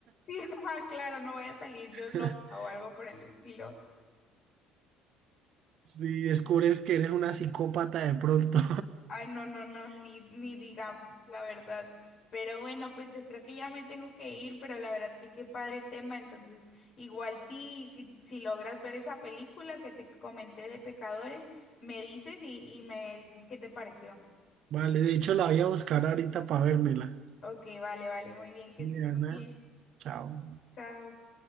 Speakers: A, on the left; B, on the right.
A: Sí, ajá, claro, no voy a salir yo loca
B: <laughs>
A: o algo por el estilo.
B: Si descubres que eres una psicópata de pronto.
A: Ay, no, no, no, ni, ni digamos la verdad. Pero bueno, pues yo creo que ya me tengo que ir, pero la verdad que qué padre tema. Entonces, igual si, si, si logras ver esa película que te comenté de pecadores, me dices y, y me dices qué te pareció.
B: <laughs> Vale, de hecho la voy a buscar ahorita para vérmela.
A: Ok, vale, vale, muy bien, que
B: Diana,
A: estés muy bien.
B: chao.
A: Chao.